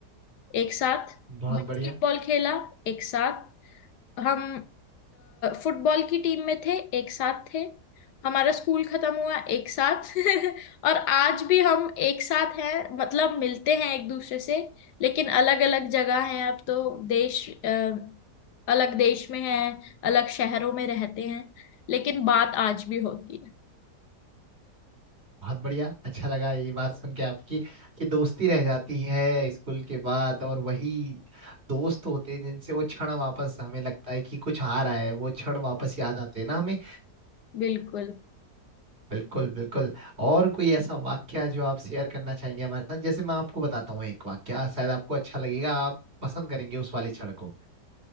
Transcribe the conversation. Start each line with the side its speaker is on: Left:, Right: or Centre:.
Left: एक साथ
Right: बहुत
Left: बास्केटबॉल
Right: बढ़िया
Left: खेला एक साथ हम फुटबॉल की टीम में थे एक साथ थे हमारा स्कूल खत्म हुआ एक साथ <laughs> और आज भी हम एक साथ हैं मतलब मिलते हैं एक दूसरे से लेकिन अलग अलग जगह हैं अब तो देश अ, अलग देश में हैं अलग शहरों में रहते हैं लेकिन बात आज भी होती है
Right: बहुत बढ़िया अच्छा लगा ये बात सुन के आपकी कि दोस्ती रह जाती है स्कूल के बाद और वही दोस्त होते हैं जिनसे वो क्षण वापस हमें लगता है कि कुछ आ रहा है वो क्षण वापस याद आते हैं ना हमें
Left: बिल्कुल
Right: बिल्कुल बिल्कुल और कोई ऐसा वाक्या जो आप शेयर करना चाहेंगे हमारे साथ जैसे मैं आपको बताता हूँ एक वाक्या शायद आपको अच्छा लगेगा आप पसंद करेंगे उस वाली क्षण को